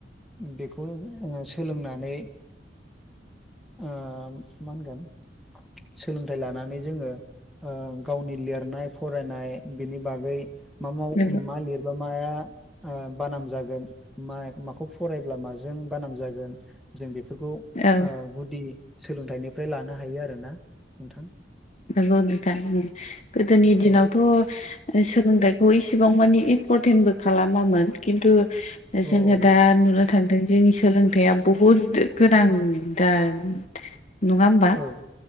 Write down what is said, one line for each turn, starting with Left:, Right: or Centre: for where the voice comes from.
Centre: बेखौ ओ सोलोंनानै ओ मा होनगोन सोलोंथाइ लानानै जोङो ओ गावनि लिरनाय फरायनाय बिनि बागै मा-
Left: नंगौ
Centre: मा लिरबा माया अ बानाम जागोन मा माखौ फरायब्ला माजों बानाम जागोन जों बेफोरखौ ओ
Left: औ
Centre: गुदि सोलोंथाइनिफ्राय लानो हायो आरोना नोंथां।
Left: नंगौ नोथां। गोदोनि
Centre: औ
Left: दिनावथ' सोलोंथाइखौ इसेबां मानि इम्परटेन्टबो खालामामोन खिन्थु
Centre: औ
Left: जोङो
Centre: औ
Left: दा <unintelligible> <unintelligible> जोंनि सोलोंथाइया बुहुद गोनां दा नङा होमबा?
Centre: औ।